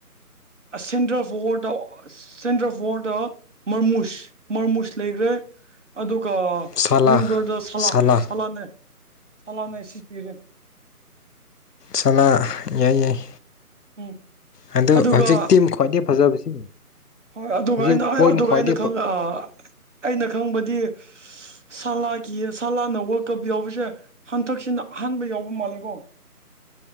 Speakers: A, on the right; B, on the left.
A: centre forward centre forward ꯃꯥꯔꯃꯨꯁ ꯃꯥꯔꯃꯨꯁ ꯂꯩꯈ꯭ꯔꯦ ꯑꯗꯨ ꯒ
B: ꯁꯂꯥ
A: ꯋꯤꯡꯒꯔꯗ ꯁꯂ
B: ꯁꯂꯥ
A: ꯁꯂꯥꯅ ꯁꯂꯅꯦ ꯁꯤꯄꯤꯔꯦ
B: ꯁꯥꯂ ꯌꯥꯏ ꯌꯥꯏ
A: ꯎꯝ
B: ꯑꯗꯨ
A: ꯑꯗꯨꯒ
B: ꯍꯧꯖꯤꯛ ꯇꯤꯝ ꯈ꯭ꯋꯥꯏꯗꯒꯤ ꯐꯖꯕꯁꯤ
A: ꯍꯣꯏ ꯑꯗꯨꯒꯥ
B: ꯍꯧꯖꯤꯛ
A: ꯑꯏꯅ
B: ꯄꯣꯏꯟ ꯈ꯭ꯋꯥꯏꯗꯒꯤ
A: ꯈꯪ
B: ꯐ
A: ꯑꯩꯅ ꯑꯩꯅ ꯈꯪꯕꯗꯤ ꯁꯂꯥꯒꯤ ꯁꯂꯥꯅ ꯋꯥꯔꯜ ꯀꯞ ꯌꯥꯎꯕꯁꯦ ꯍꯟꯊꯛꯁꯤꯅ ꯑꯍꯥꯟꯕ ꯌꯥꯎꯕ ꯃꯥꯜꯂꯦꯀꯣ